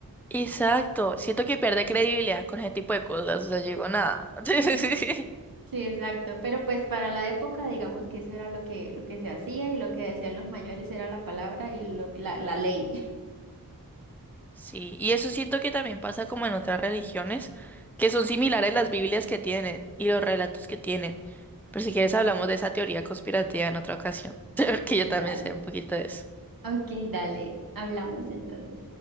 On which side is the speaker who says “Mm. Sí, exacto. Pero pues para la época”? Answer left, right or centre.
Right